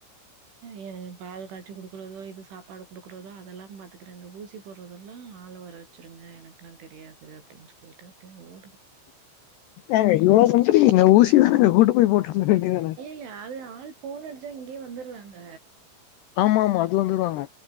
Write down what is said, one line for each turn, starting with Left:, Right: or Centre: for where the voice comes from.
Right: ஏ பால் காய்ச்சி கொடுக்கறதோ இது சாப்பாடு கொடுக்குறதோ அதெல்லாம் பாத்துக்குறேன் இந்த ஊசி குடுகுறதோ அதெல்லாம் பாத்துகுரேன் இந்த ஊசி போடுறதெல்லாம் ஆள வர வச்சருங்க எனக்கலாம் தெரியாது அப்படின்னு சொல்லிட்டு அப்படியே ஓடுது
Left: ஏங்க இவ்ளோ செஞ்சிடீங்க ஊசிதானங்க கூட்டு போய் போட்றுக்க வேண்டிதானே
Right: எ அது ஆள் ஃபோன் அடிச்சா இங்கேயே வந்துடுறாங்க
Left: ஆமாமா அது வந்துருவாங்க